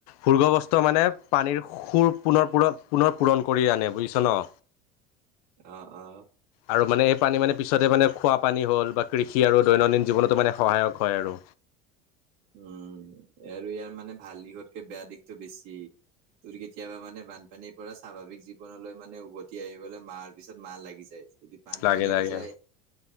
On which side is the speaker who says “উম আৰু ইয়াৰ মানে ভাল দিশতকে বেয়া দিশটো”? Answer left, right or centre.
Right